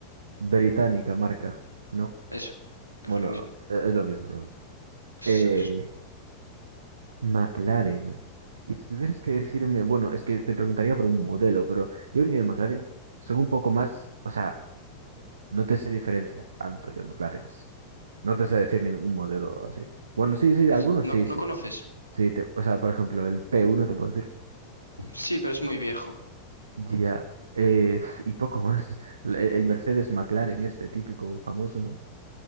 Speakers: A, on the right (about 70°); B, on the right (about 80°).
A: británica marca, ¿no?
B: Eso, es
A: Bueno,
B: lo mismo.
A: e- es lo mismo, ¿no?
B: Es-
A: Eh,
B: es-
A: McLaren. Y si tuvieses que decirme, bueno, es que te preguntaría por un modelo, pero yo diría que McLaren son un poco más, o sea, no te sé diferenciar tanto yo, McLaren. No te sé decir ningún modelo así. Bueno, sí, sí,
B: es-
A: algunos
B: no,
A: sí,
B: ¿no
A: sí.
B: conoces?
A: Sí, te- o sea, por ejemplo, el p uno te puedo decir
B: Sí, pero es muy viejo.
A: ya eh, y poco más. <laughs> El, el Mercedes McLaren, este típico, famoso, ¿no?